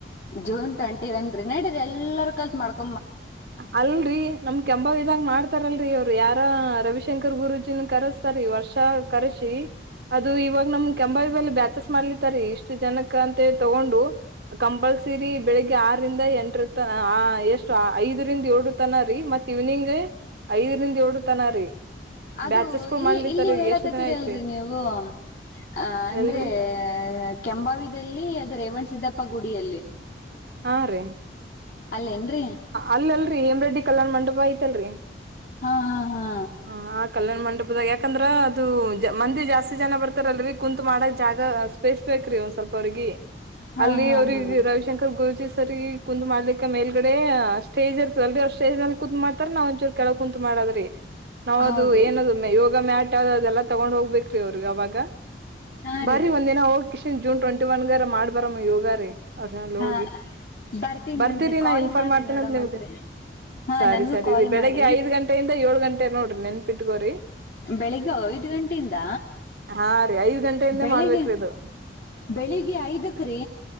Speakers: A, on the left; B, on the right.
A: ಜೂನ್ ಟ್ವೆಂಟಿ ಅನ್ರಿ ನಡಿರಿ ಎಲ್ಲಾರೂ ಕಲ್ತ್ ಮಾಡ್ಕ
B: ಅಲ್ರಿ ನಮ ಕೆಂಭಾವಿ ದಾಗ ಮಾಡ್ತಾರಲ್ರರಿ ಅವ್ರ ಯಾರ ರವಿಶಂಕರ್ ಗುರಜಿನ್ ಕರಸ್ತಾರೀ ವರ್ಷ ಕರಸಿ ಅದು ಇವಾಗ ನಮ್ ಕೆಂಬಾವಲ್ಲಿ ಬ್ಯಾಚಸ್ ಮಾಡ್ಲಿತಾರಿ ಇಷ್ಟು ಜನಕ್ ಅಂತ ತಗೊಂಡು ಕಂಪಲ್ಸರಿ ಬೆಳಿಗ್ಗೆ ಆರರಿಂದ ಎಂಟರ್ ತನ ಎಷ್ಟು ಐದರಿಂದ ಏಳ ತನ ರೀ ಮತ್ ಇವ್ನಿಂಗ್ ಐದರಿಂದ ಏಳ ತನ ರೀ
A: ಅದು
B: ಬ್ಯಾಚಸ್ಗಳು
A: ಇಲ್ಲಿ
B: ಮಾಡ್ಲಿತಾರಿ
A: ಇಲ್ಲಿ ಹೇಳಕತ್ತೀರಿಲ್ರರಿ
B: ಎಷ್ಟ್ ದಿನ ಐತ್ರಿ
A: ನೀವು ಅ ಅಂದ್ರೆ
B: ಎಲ್ರಿ
A: ಕೆಂಬಾವಿದಲ್ಲಿ ಅದು ರೇವಣ್ ಸಿದ್ದಪ್ಪ ಗುಡಿಯಲ್ಲಿ
B: ಹಾ ರೀ
A: ಅಲ್ಲೇ ಏನ್ರರಿ
B: ಅಲ್ಲಲ್ರರಿ ಹೇಮ ರೆಡ್ಡಿ ಕಲ್ಯಾಣ ಮಂಟಪ ಐತಲ್ರರಿ
A: ಹಾ ಹಾ ಹಾ
B: ಹ ಆ ಕಲ್ಯಾಣ ಮಂಟಪದಾಗ ಯಾಕಂದ್ರ ಅದು ಮಂದಿ ಜಾಸ್ತಿ ಜನ ಬರ್ತಾರಲರಿ ಕುಂತ್ ಮಾಡಕ್ ಜಾಗ ಸ್ಪೇಸ್ ಬೇಕ್ರಿ ಒಂದ್ ಸ್ವಲ್ಪ ಅವ್ರಿಗೆ
A: ಹಾ
B: ಅಲ್ಲಿ
A: ಹಾ
B: ಅವ್ರಿಗೆ
A: ಹಾ
B: ರವಿ ಶಂಕರ್ ಗುರುಜಿ ಸರ್ ಕುಂದ್ ಮಾಡ್ಲಿಕ್ಕೆ ಮೇಲ್ಗಡೆ ಸ್ಟೇಜ್ ಇರ್ತದೆಲ್ರಿ ಅವ್ ಸ್ಟೇಜ್ ಮಲ್ಲಿ ಕುತ್ ಮಾಡ್ತಾರ ನಾ ಒಂದಚೂರ ಕೆಳಕ ಕುಂತ್ ಮಾಡೊದ್ರಿ ನಾವ್
A: ಹೌದ್ರಿ
B: ಅದು ಏನದು ಯೋಗ ಮ್ಯಾಟ್ ಆದ ಅದೆಲ್ಲ ತಗೊಂಡ್ ಹೋಗ್ಬೇಕ್ರಿ ಅವ್ರಗ್ ಅವಾಗ
A: ಹಾ
B: ಬರೀ
A: ರೀ
B: ಒಂದದಿನ ಹೋಗ ಕಿಶನ್ ಜೂನ್ ಟ್ವೆಂಟಿ ಒನ್ಗರ ಮಾಡ್ಬರಮ್ಮ ಯೋಗ ರೀ ಅರ್ ಅಲ್ಲಿ
A: ಹಾ
B: ಹೋಗಿ
A: ಬರ್ತೀನಂತೆ
B: ಬರ್ತೀರಿ
A: ಕಾಲ್
B: ನಾ ಇನ್ಫಾರ್ಮ್
A: ಮಾಡ್ರಿ
B: ಮಾಡ್ತೀನತ
A: ನೋಡಮಂತ್ರಿ
B: ನಿಮ್ಗೆ
A: ಹಾ
B: ಸರಿ
A: ನನ್ಗೂ
B: ಸರಿ
A: ಕಾಲ್
B: ರೀ ಬೆಳಿಗ್ಗೆ
A: ಮಾಡ್ರಿ
B: ಐದ್ ಗಂಟೆಯಿಂದ ಏಳ ಗಂಟೆ ನೋಡ್ರಿ ನೆನಪ ಇಟ್ಕೋರಿ
A: ಬೆಳಿಗ್ಗೆ ಐದು ಗಂಟೆಯಿಂದ
B: ಹಾ ರೀ ಐದ್ ಗಂಟೆಯಿಂದ
A: ಬೆಳಿಗ್ಗೆ
B: ಮಾಡ್ಬೇಕ್ರಿ ಇದು
A: ಬೆಳಿಗ್ಗೆ ಐದಕ ರೀ